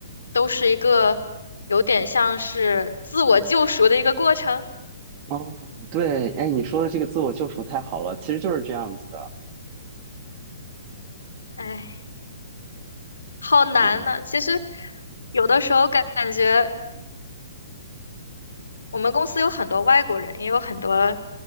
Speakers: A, on the left; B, on the right.
A: 都是一个有点像是自我救赎的一个过程。
B: 哦，对，哎，你说的这个自我救赎太好了，其实就是这样子的，
A: 唉，好难呐，
B: 嗯。
A: 其实有的时候感感觉。我们公司有很多外国人，也有很多，